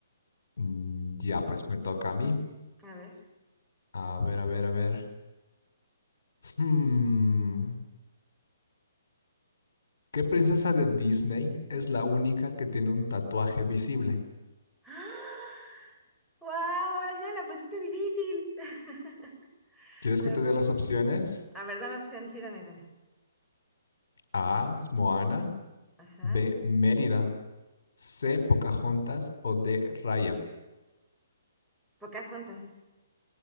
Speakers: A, on the left; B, in the centre.
A: Mm, Ya, pues me toca a mí.
B: A ver.
A: A ver, a ver, a ver. Hmm, ¿Qué princesa de Disney es la única que tiene un tatuaje visible?
B: <gasps> ¡Wow! Ahora sí me la pusiste difícil. <laughs>
A: ¿Quieres
B: A
A: que te
B: ver.
A: dé las opciones?
B: A ver, dame opciones, sí, dame, dame.
A: A, Moana.
B: Ajá.
A: B. Mérida. C. Pocahontas o D. Raya.
B: Pocahontas.